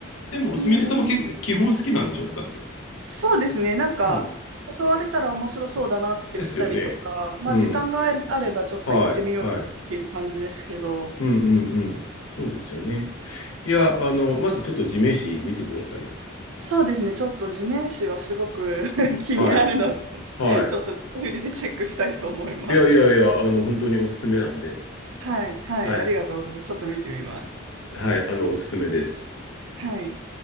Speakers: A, on the left; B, on the right.
A: でも、すみれさんもけ基本好きなんでしょだって。
B: ん。そうですね。なんか、
A: うん。
B: 誘われたら面白そうだなって見たりとか、
A: ですよね。
B: まあ時間があればちょっと行ってみようっていう感じですけど、
A: うん。はい、はい。うん、うん、うん。そうですよね。いや、あの、まずちょっと地面師見てくださいよ。
B: そうですね。ちょっと地面師はすごく <laughs> 気になるので、
A: はい、はい。
B: <laughs> ちょっと振りでチェックしたいと思います。
A: いやいやいや、あの、本当におすすめなんで。
B: はい、はい、
A: はい、
B: ありがとうございます。ちょっと見てみます。
A: はい、あの、おすすめです。
B: はい。